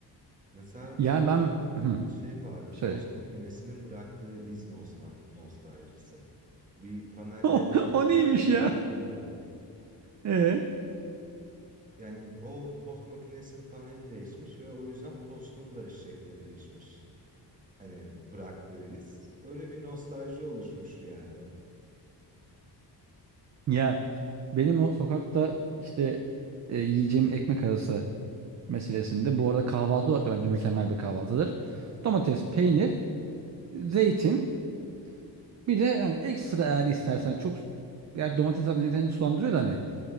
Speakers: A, on the right (about 20°); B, on the right (about 40°).
A: Mesela
B: Ya
A: bir ara
B: ben hmm,
A: şey vardı.
B: söyle.
A: Tost makinesinin bıraktığı iz nos- nostaljisi. Bir
B: <laughs>
A: panelleri
B: O,
A: mi değişmişti
B: o neymiş
A: hatırlamıyorum.
B: ya? Ee?
A: Yani o tost makinesinin paneli değişmiş ve o yüzden tostun da şekli değişmiş. Hani bıraktığı iz. Öyle bir nostalji oluşmuş yani.
B: Ya benim o sokakta işte e, yiyeceğim ekmek arası meselesinde bu arada kahvaltı olarak da bence mükemmel bir kahvaltıdır. Domates, peynir, zeytin bir de hani ekstra eğer istersen çok yani domates zaten seni sulandırıyor da hani